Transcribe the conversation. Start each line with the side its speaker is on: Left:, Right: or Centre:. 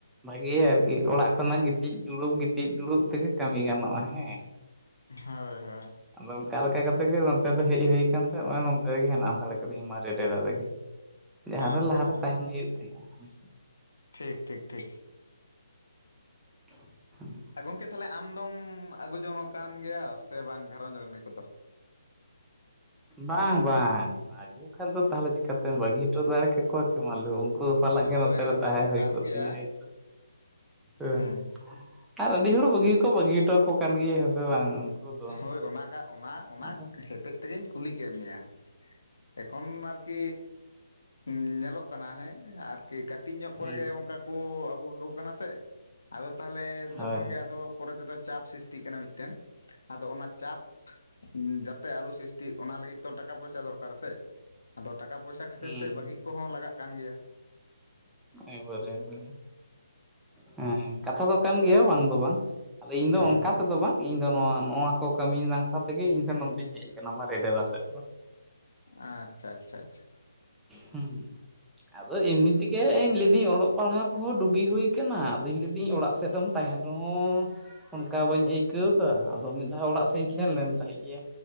Centre: ᱵᱷᱟᱜᱮ ᱟᱨᱠᱤ ᱚᱲᱟᱜ ᱠᱷᱚᱱᱟᱜ ᱜᱤᱛᱤᱡ ᱫᱩᱲᱩᱵ ᱜᱤᱛᱤᱡ ᱫᱩᱲᱩᱵ ᱛᱮᱜᱮ ᱠᱟᱹᱢᱤ ᱜᱟᱱᱚᱜᱼᱟ ᱦᱮᱸ
Left: ᱦᱳᱭ ᱦᱳᱭ
Centre: ᱟᱫᱚ ᱚᱱᱠᱟ ᱞᱮᱠᱟ ᱠᱟᱛᱮᱜ ᱜᱮ ᱱᱚᱛᱮ ᱫᱚ ᱦᱮᱡ ᱦᱩᱭ ᱟᱠᱛᱮ ᱱᱚᱛᱮ ᱨᱮᱜ ᱦᱮᱱᱟᱜ ᱫᱟᱲᱮ ᱠᱟᱹᱫᱤᱧᱟ ᱢᱟᱨᱮ ᱰᱮᱨᱟ ᱨᱮᱜᱮ ᱡᱟᱦᱟᱸᱨᱮ
Left: ᱟᱪᱪᱷᱟ
Centre: ᱞᱟᱦᱟᱨᱮ
Left: ᱟᱪᱪᱷᱟ
Centre: ᱛᱟᱦᱮᱱ ᱦᱩᱭᱩᱜ ᱛᱟᱦᱮᱜ-ᱟ ᱦᱮᱸᱥᱮ
Left: ᱴᱷᱤᱠ ᱴᱷᱤᱠ ᱴᱷᱤᱠ
Centre: <inaudible>
Left: ᱦᱮᱸ ᱜᱚᱢᱠᱮ ᱛᱟᱦᱚᱞᱮ ᱟᱢ ᱫᱚᱢ ᱟᱹᱜᱩ ᱡᱚᱝ ᱟᱠᱟᱱ ᱜᱮᱭᱟ ᱥᱮ ᱵᱟᱝ ᱜᱷᱟᱨᱚᱸᱡᱽ ᱨᱟᱹᱱᱤ ᱠᱚᱫᱚ
Centre: ᱵᱟᱝ ᱵᱟᱝ ᱟᱹᱜᱩ ᱠᱷᱟᱱ ᱫᱚ ᱛᱟᱦᱚᱞᱮ ᱪᱤᱠᱟᱹᱛᱮᱢ ᱵᱟᱹᱜᱤ ᱦᱚᱴᱚ ᱫᱟᱲᱮ ᱠᱮᱠᱚᱣᱟ ᱠᱤ ᱢᱟ ᱞᱟᱹᱭᱢᱮ ᱩᱱᱠᱩ ᱥᱟᱞᱟᱜ
Left: ᱦᱳᱭ
Centre: ᱜᱮ ᱱᱚᱛᱮ ᱨᱮ
Left: ᱚᱱᱟ
Centre: ᱛᱟᱦᱮᱸ
Left: ᱦᱚᱸ
Centre: ᱦᱩᱭ
Left: ᱠᱟᱱ
Centre: ᱠᱚᱜ
Left: ᱜᱮᱭᱟ
Centre: ᱛᱤᱧᱟᱹ ᱦᱳᱭᱛᱚ ᱦᱮᱸ
Left: ᱦᱩᱸ
Centre: ᱟᱨ ᱟᱹᱰᱤ ᱦᱚᱲ ᱵᱟᱹᱜᱤ ᱦᱚᱠᱚ ᱵᱟᱹᱜᱤ ᱦᱚᱴᱚ ᱟᱠᱚ ᱠᱟᱱ ᱜᱮᱭᱟ ᱦᱮᱸ ᱥᱮ ᱵᱟᱝ ᱫᱚ
Left: ᱦᱳᱭ ᱚᱱᱟ ᱠᱟᱜ ᱚᱱᱟ ᱚᱱᱟ
Centre: ᱟᱫᱚ
Left: ᱦᱚᱛᱮᱫ ᱛᱮᱜᱤᱧ ᱠᱩᱞᱤ ᱠᱮᱫ ᱢᱮᱭᱟ ᱮᱠᱷᱚᱱ ᱟᱨᱠᱤ ᱠᱤ ᱧᱮᱞᱚᱜ ᱠᱟᱱᱟ ᱦᱮᱸ ᱟᱨᱠᱤ ᱠᱟᱹᱴᱤᱡ ᱧᱚᱜ ᱠᱚᱨᱮ
Centre: ᱦᱳᱭ
Left: ᱜᱮ ᱚᱱᱠᱟ ᱠᱚ ᱟᱹᱜᱩ ᱠᱟᱠᱚ ᱠᱟᱱᱟ ᱥᱮ ᱟᱫᱚ ᱛᱟᱦᱚᱞᱮ
Centre: ᱦᱳᱭ
Left: ᱡᱚᱠᱷᱚᱱ ᱜᱮ ᱟᱫᱚ ᱯᱚᱨᱮ ᱛᱮᱫᱚ ᱪᱟᱯ ᱥᱤᱥᱴᱤᱜ ᱠᱟᱱᱟ ᱢᱤᱫᱴᱮᱱ ᱟᱫᱚ ᱚᱱᱟ ᱪᱟᱯ ᱡᱟᱛᱮ ᱟᱹᱞᱩ ᱥᱤᱥᱴᱤᱜ ᱚᱱᱟ ᱞᱟᱹᱜᱤᱫ ᱛᱚ ᱴᱟᱠᱟ ᱯᱚᱭᱥᱟ ᱫᱚᱨᱠᱟᱨ ᱥᱮ ᱟᱫᱚ ᱴᱟᱠᱟ ᱯᱚᱭᱥᱟ ᱠᱷᱟᱹᱛᱤᱨ
Centre: ᱦᱩᱸ
Left: ᱛᱮ ᱵᱟᱹᱜᱤ ᱠᱚᱦᱚᱸ ᱞᱟᱜᱟᱜ ᱠᱟᱱ ᱜᱮᱭᱟ
Centre: ᱮᱠᱵᱟᱨᱮ ᱮᱠᱵᱟᱨᱮ ᱦᱮᱸ ᱠᱟᱛᱷᱟ ᱫᱚ ᱠᱟᱱ ᱜᱮᱭᱟ ᱵᱟᱝ ᱫᱚ ᱵᱟᱝ ᱟᱫᱚ ᱤᱧ
Left: ᱦᱮᱸ
Centre: ᱫᱚ ᱚᱱᱠᱟ ᱛᱮᱫᱚ ᱵᱟᱝ ᱤᱧ ᱫᱚ ᱱᱚᱣᱟ ᱱᱚᱣᱟ ᱠᱚ ᱠᱟᱹᱢᱤ ᱱᱟᱝᱥᱟ ᱛᱮᱜᱮ ᱤᱧ ᱫᱚ ᱱᱚᱛᱮᱧ ᱦᱮᱡ ᱟᱠᱟᱱᱟ ᱢᱟᱨᱮ ᱰᱮᱨᱟ ᱥᱮᱫ ᱫᱚ
Left: ᱟᱪᱪᱷᱟ ᱟᱪᱪᱷᱟ ᱟᱪᱪᱷᱟ
Centre: ᱦᱩᱸ ᱟᱫᱚ ᱮᱢᱱᱤ ᱛᱮᱜᱮ ᱤᱧ ᱞᱟᱹᱭᱫᱟᱹᱧ ᱚᱞᱚᱜ ᱯᱟᱲᱦᱟᱣ ᱠᱚᱦᱚᱸ ᱰᱩᱜᱤ ᱦᱩᱭ ᱠᱟᱱᱟ ᱟᱫᱚ ᱞᱟᱹᱭᱤᱫᱟᱹᱧ ᱚᱲᱟᱜ ᱥᱮᱫ ᱨᱮᱢ ᱛᱟᱦᱮᱱ ᱨᱮᱦᱚᱸ ᱚᱱᱠᱟ ᱵᱟᱹᱧ ᱟᱹᱭᱠᱟᱹᱣ ᱮᱫᱟ ᱟᱫᱚ ᱢᱤᱫ ᱫᱷᱟᱣ ᱚᱲᱟᱜ ᱥᱮᱫ ᱤᱧ ᱥᱮᱱ ᱞᱮᱱ ᱛᱟᱦᱮᱸᱫ ᱜᱮᱭᱟ